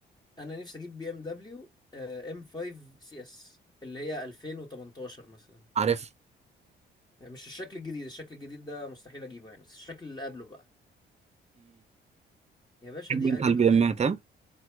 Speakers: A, on the left; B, on the right.
A: انا نفسي اجيب بي ام دبليو ام 5 سي اس اللي هي 2018 مثلا
B: عارف
A: يعني مش الشكل الجديد الشكل الجديد ده مستحيل اجيبه يعني بس الشكل اللي قبله بقى يا باشا
B: بحب
A: دي
B: انت
A: اجيبها
B: البي امات ها